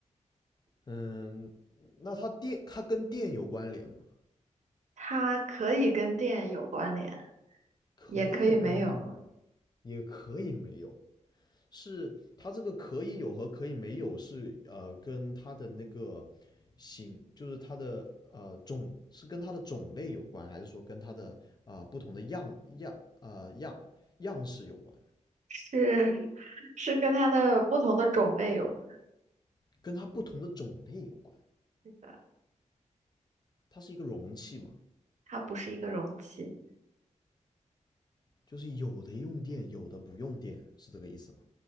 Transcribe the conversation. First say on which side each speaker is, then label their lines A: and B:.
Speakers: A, on the left; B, on the right.
A: 嗯，那它电，它跟电有关联吗？
B: 它可以跟电有关联，
A: 可以跟电，
B: 也可以没有，
A: 也可以没有。是它这个可以有和可以没有是呃跟它的那个型，就是它的呃种是跟它的种类有关，还是说跟它的啊、呃不同的样样呃样样式有关？
B: 是 <laughs> 是跟它的不同的种类有关
A: 跟它不同的种类有关。
B: 系的。
A: 它是一个容器嘛，
B: 它不是一个容器。
A: 就是有的用电，有的不用电，是这个意思吗？